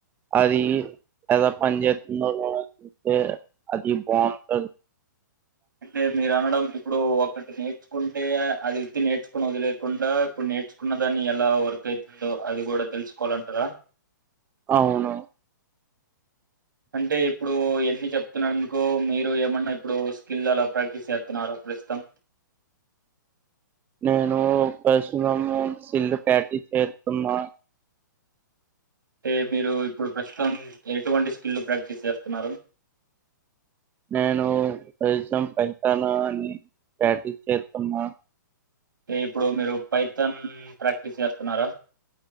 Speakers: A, on the right (about 15°); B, on the right (about 75°).
A: అది ఎలా పని జెతుందో లేదంటే అది బాగుంటంది
B: అంటే మీరు అనడం ఇప్పుడు ఒకటి నేర్చుకుంటే అది వితి నేర్చుకుని వదిలేకుండా ఇప్పుడు నేర్చుకున్న దాన్ని ఎలా వర్క్ ఐతుందో అది కూడా తెలుసుకోవాలంటరా
A: అవును
B: అంటే ఇప్పుడు ఎన్ని చెప్తున్నందుకు మీరు ఏమన్నా ఇప్పుడు స్కిల్ అలా ప్రాక్టీస్ సేతున్నారా ప్రస్తుతం
A: నేను ప్రశతం సిల్లు పటి చేతున్నా
B: అంటే మీరు ఇప్పుడు ప్రస్తుతం ఎటువంటి స్కిల్లు ప్రాక్టీస్ చేస్తున్నారు
A: నేను ప్రసన్ పైతను అని ప్రాటీస్ చేతున్నా
B: టే ఇప్పుడు మీరు పైథన్ ప్రాక్టీస్ చేస్తున్నారా